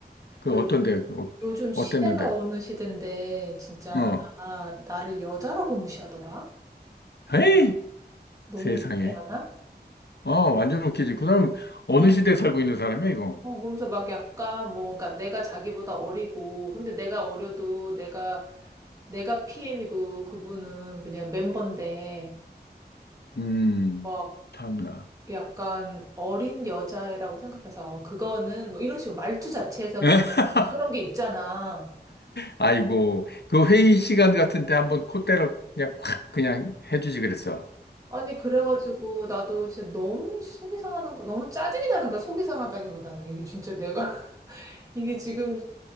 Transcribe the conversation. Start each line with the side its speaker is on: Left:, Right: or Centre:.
Left: 그
Right: 요즘
Left: 어떤데?
Right: 음.
Left: 그 어,
Right: 요즘 시대가
Left: 어땠는데?
Right: 어느 시대인데 진짜
Left: 어,
Right: 나 나를 여자라고 무시하더라.
Left: 에이.
Right: 너무
Left: 세상에.
Right: 무시 않아?
Left: 어, 완전 웃기지. 그 사람 어느
Right: 어.
Left: 시대에 살고 있는 사람이야, 이거.
Right: 어, 그러면서 막 약간 뭐 그러니까 내가 자기보다 어리고 근데 내가 어려도 내가 내가 PM이고 그분은 그냥 멤버인데
Left: 음,
Right: 막
Left: 참나.
Right: 약간 어린 여자애라고 생각해서 그거는 뭐 이런 식으로 말투 자체에서
Left: <laughs>
Right: 그 약간 그런 게 있잖아.
Left: 아이고, 그 회의 시간 같은 때 한번 콧대를 그냥 콱 그냥 해주지 그랬어.
Right: 아니, 그래가지고 나도 진짜 너무 속이 상하는 거, 너무 짜증이 나는 거야, 속이 상하다기보다는. 이게 진짜 내가, <laughs> 이게 지금,